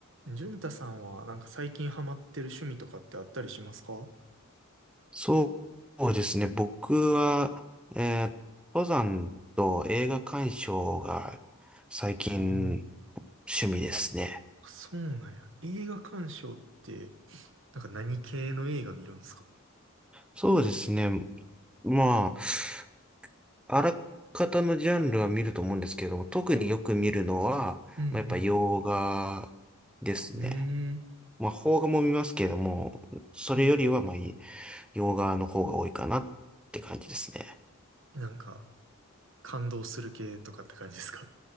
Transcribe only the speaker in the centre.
そうですね。僕は、えー登山と映画鑑賞が最近
趣味ですね。
そうですね。まあ、あらかたのジャンルは見ると思うんですけれども、特によく見るのは、
まあ、やっぱ洋画ですね。
まあ、邦画も見ますけれども、それよりは、
まあ、洋画の方が多いかなって感じですね。